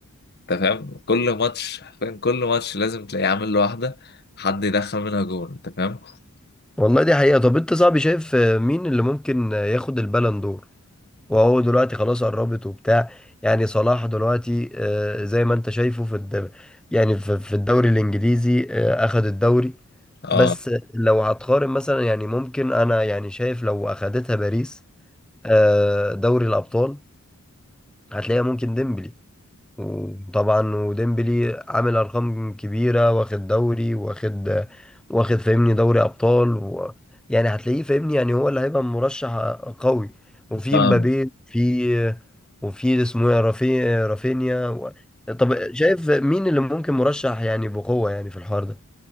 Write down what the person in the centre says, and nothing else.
والله دي حقيقة طب انت صاحبي شايف آه، مين اللي ممكن آه، ياخد البالون دور وهو دلوقتي خلاص قربت وبتاع يعني صلاح دلوقتي آه، زي ما انت شايفه في الدوري يعني في في الدوري الانجليزي آه، اخد الدوري
بس لو هتقارن مثلا يعني ممكن انا يعني شايف لو اخدتها باريس آه، دوري الابطال هتلاقيها ممكن ديمبلي وطبعا وديمبلي عامل ارقام كبيره واخد دوري واخد واخد فاهمني دوري ابطال و... يعني هتلاقيه فاهمني يعني هو اللي هيبقى مرشح قوي وفي
مبابي في وفي اسمه ايه رافي... رافينيا و... طب شايف مين اللي ممكن مرشح يعني بقوه يعني في الحوار ده